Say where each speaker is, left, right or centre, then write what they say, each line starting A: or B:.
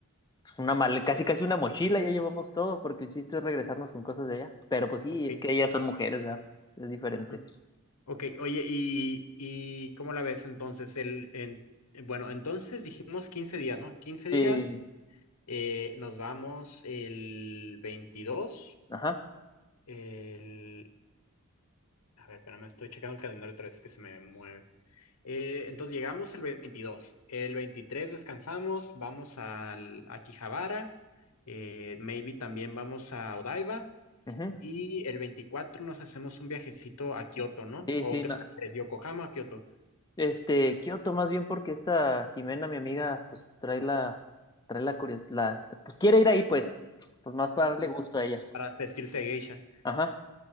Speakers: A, on the left; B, on the left.
A: pues, una mal, casi casi una mochila, ya llevamos todo, porque el chiste es regresarnos con cosas de allá. Pero pues sí,
B: Ok.
A: es que ellas son mujeres, ¿verdad? Pues, es diferente.
B: Ujú. Ok, oye, ¿y, y cómo la ves entonces? El, en, bueno, entonces dijimos 15 días, ¿no? quince días,
A: Sí,
B: eh, nos vamos el 22
A: ajá.
B: el... A ver, espérame, estoy checando el calendario otra vez que se me mueve. Eh, entonces llegamos el veintidós el 23 descansamos, vamos al, a Akihabara, eh, maybe también vamos a Odaiba
A: ujú.
B: y el 24 nos hacemos un viajecito a Kioto, ¿no?
A: Sí,
B: ¿O
A: sí,
B: qué
A: no.
B: prefieres, Yokohama o Kioto?
A: Este, Kioto, más bien porque esta Jimena, mi amiga, pues trae la, trae la curiosidad, pues quiere ir ahí, pues, pues más para darle gusto a ella.
B: para vestirse de geisha.
A: Ajá,